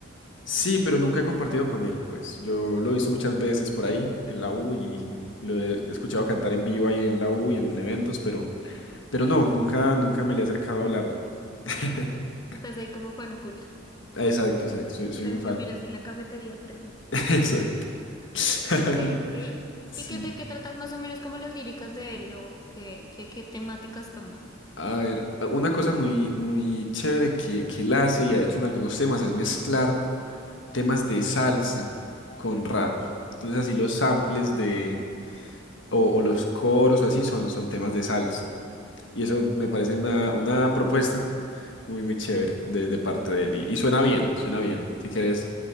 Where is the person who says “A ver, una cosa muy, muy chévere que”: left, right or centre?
Left